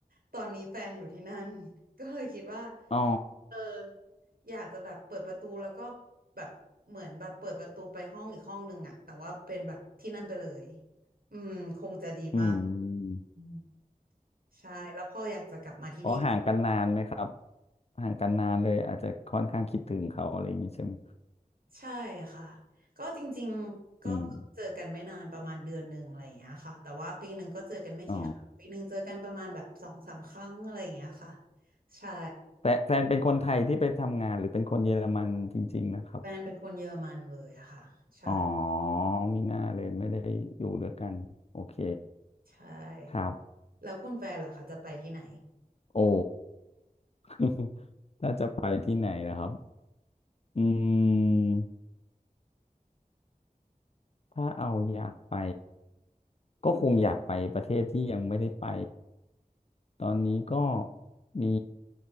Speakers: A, on the right; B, on the left.
A: ตอนนี้แฟนอยู่ที่นั่นก็เลยคิดว่า
B: อ๋อ
A: เอออยากจะแบบเปิดประตูแล้วก็แบบเหมือนแบบเปิดประตูไปห้องอีกห้องหนึ่งอ่ะแต่ว่าเป็นแบบที่นั่นไปเลยอืมคงจะดีมาก
B: อืม
A: อืมใช่แล้วพ่ออยากจะกลับมาที่นี่
B: อ๋อห่างกันนานไหมครับห่างกันนานเลยอาจจะค่อนข้างคิดถึงเขาอะไรอย่างนี้ใช่ไหม
A: ใช่ค่ะก็จริงๆก็เพิ่งเจอกันไม่นานประมาณเดือนหนึ่งอะไรอย่างเงี้ยค่ะแต่ว่าปีหนึ่งก็เจอกันไม่กี่ครั้งปีหนึ่งเจอกันประมาณแบบสองสามครั้งอะไรอย่างเงี้ยค่ะ
B: อืมอ๋อ
A: ใช่
B: แต่แฟนเป็นคนไทยที่ไปทำงานหรือเป็นคนเยอรมันจริงๆนะครับ
A: แฟนเป็นคนเยอรมันเลยอะค่ะใช่
B: อ๋อมีหน้าเลยไม่ได้อยู่ด้วยกันโอเค
A: ใช่
B: ครับ
A: แล้วคุณแฟนล่ะคะจะไปที่ไหน
B: โอ้ <laughs> ถ้าจะไปที่ไหนนะครับอืมถ้าเอาอยากไปก็คงอยากไปประเทศที่ยังไม่ได้ไป ตอนนี้ก็มี